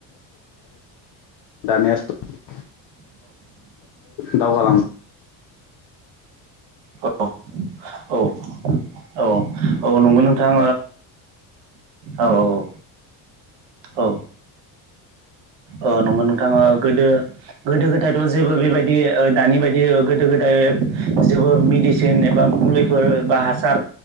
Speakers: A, on the left; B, on the right.
A: द <unintelligible> दावगालां
B: औ औ औ औ नंगौ नोंथां औ औ औ औ औ नंगौ नोंथां ओ गोदो गोदो गोदायथ' जेबो बेबायदि ओ दानि बायदि गोदो गोदाय जेबो मेडिसिन एबा मुलिफोर एबा हासार